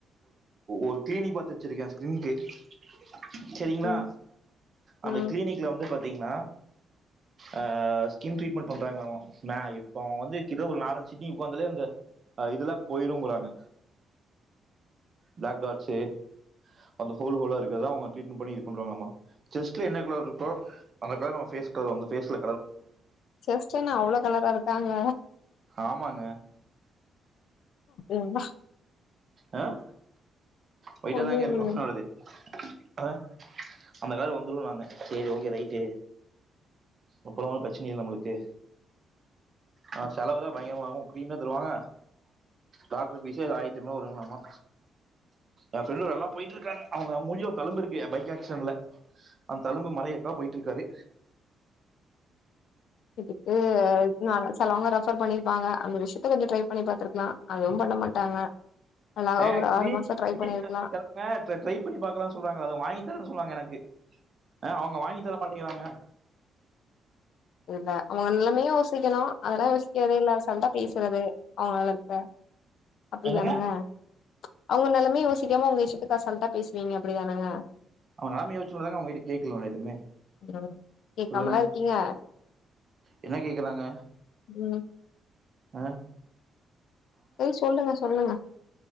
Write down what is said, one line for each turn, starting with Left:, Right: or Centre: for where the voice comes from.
Right: ஒரு கிளீனிக் பாத்து வச்சிருக்க ஸ்கின்க்கு. <inaudible> செரிங்களா.
Left: ம்
Right: அந்த
Left: ம்
Right: கிளினிக்ல வந்து பாத். டிங்ன்னா ஆஹ ஸ்கின் டிரீட்மன்ட் பண்றாங்களாமா நா இப்போ வந்து கிட்ட நாலு அஞ்சு சிட்டிங் <unintelligible> அந்த இதுல்லா போயிருங்குறாங்க. பிளேக் டாட்ஸ்சு அந்த ஹோல் ஹோல்லா இருக். இதுதா அவங்க ட்டிரீட்மன்ட் பண்ணி இது பண்றாங்களாமா. ஜெஸ்ட்ல என்ன கலர் இருக்கோ அந்த கலர் நம்ம பேஸ் கலர் வந்து பேஸ்ல.
Left: ஜெஸ்டென்ன அவ்வளோ கலரா இருக்காங்க.
Right: ஆமாங்க
Left: எம்மா.
Right: அஹ ஒயிட்டா
Left: ஒண்ணு
Right: தாங்க
Left: இல்லைங்க
Right: இருக்கு என்னோடது அஹ. அந்த கலரு வந்து நாங்க சேரி ஓக்கே நைட்டு. அப்புறோ பிரச்சனை இல்ல உங்களுக்கு ஆஹ செலவுதா பயங்கரமா இருக்கு கிரீம்தா தருவாங்க டாக்டர் பீஸ்சே ஆயிரத். எட்னூறு வருங்களாமா. எ ஃப்ரெண்டோடல்லா போயிட்டு இருக்காங்க அவங்க மூஞ்சில தழும்பு இருக்கே பைக் ஆக்சிடென்ட்ல. அந்த தழும்பு மறையறக்காக போயிட்டு இருக்காரு.
Left: இதுக்கு சிலவங்க ரெஃபர் பண்ணிருப்பாங்க அந்த விஷயத்த கொஞ்சோ ட்ரை பண்ணி பாத்துருக்கலா அதுவு பண்ண மாட்டாங்க. அழகா
Right: ஏ <unintelligible>
Left: ஒரு ஆறு மாசோ ட்ரை பண்ணிருக்கலா
Right: ட்ரை பண்ணி பாக்கலாம்னு சொல்றாங்கள அத வாங்கி தரன்னு சொன்னாங்க எனக்கு. ஆ அவங்க வாங்கிதர மாட்டேங்கிறாங்க.
Left: இல்ல அவங்க நல்லமையு யோசிக்கணு அதெல்லா யோசிக்கரதே இல்ல <unintelligible> பேசுறது அவங்கள. ள. அப்படித்தானங்க.
Right: என்னங்க
Left: ம்ச் அவங்க நெலமையு யோச். தெரியாம உங்க இஷ்டத்துக்கு அசால்டா பேசுவீங்க அப்படிதானங்க
Right: அவன் நிலமைய வச்சுதாங்க அவங்ககிட்ட கேக்கல எதுவுமே
Left: ம் கேக்காமலா
Right: சொல்லுங்க
Left: இருக்கீங்க
Right: என்ன கேக்குறாங்க
Left: ம்
Right: ஆஹ்
Left: ஏய் சொல்லுங்க சொல்லுங்க